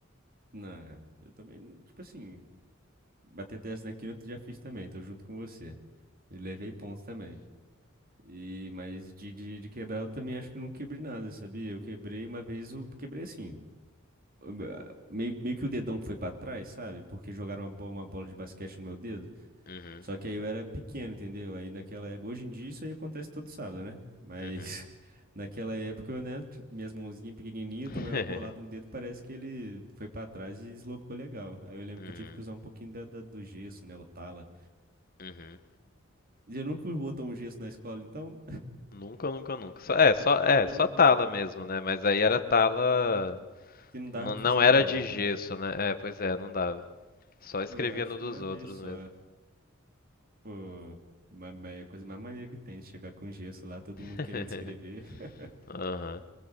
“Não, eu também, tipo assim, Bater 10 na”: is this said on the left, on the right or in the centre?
Right